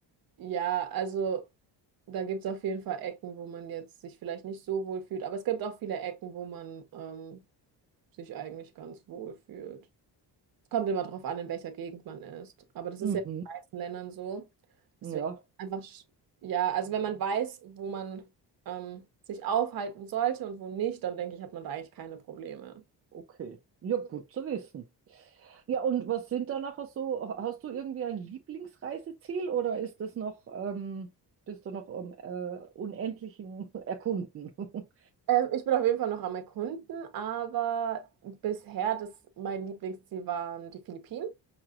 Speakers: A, on the right; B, on the right.
A: ja, also da gibt es auf jeden Fall Ecken, wo man jetzt sich vielleicht nicht so wohl fühlt. Aber es gibt auch viele Ecken, wo man ähm, sich eigentlich ganz wohl fühlt. Kommt immer drauf an, in welcher Gegend man ist. Aber das ist
B: Mhm.
A: ja in den meisten Ländern so. Deswegen
B: Ja,
A: einfach, sch- ja, also wenn man weiß, wo man ähm, sich aufhalten sollte und wo nicht, dann denke ich, hat man da eigentlich keine Probleme.
B: okay. Ja, gut zu wissen. Ja, und was sind da nachher so? Hast du irgendwie ein Lieblingsreiseziel oder ist das noch, ähm, bist du noch am äh, unendlichen <laughs> Erkunden? <laughs>
A: Ähm, ich bin auf jeden Fall noch am Erkunden, aber bisher das, mein Lieblingsziel waren die Philippinen.